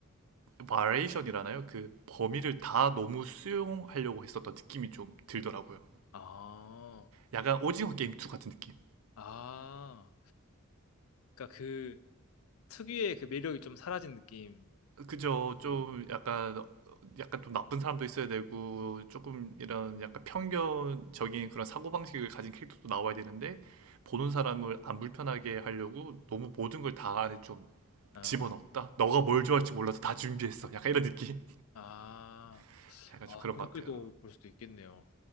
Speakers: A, on the right (about 75°); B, on the left (about 70°).
A: 바리에이션이라나요? 그 범위를 다 너무 수용하려고 했었던 느낌이 좀 들더라고요.
B: 아,
A: 약간 오징어 게임 2 같은 느낌.
B: 아, 그러니까 그 특유의 그 매력이 좀 사라진 느낌.
A: 그죠. 좀
B: 좀, 없-
A: 약간 약간 좀 나쁜 사람도 있어야 되고 조금 이런 약간 편견적인 그런 사고방식을 가진 캐릭터도 나와야 되는데 보는 사람을 안 불편하게 하려고 너무 모든 걸 다 안에 좀
B: 아,
A: 집어넣었다. 너가 뭘 좋아할지 몰라서 다 준비했어. 약간 이런 느낌.
B: 아,
A: <laughs> 약간
B: 아,
A: 좀 그런
B: 그렇게도
A: 것 같아요.
B: 볼 수도 있겠네요.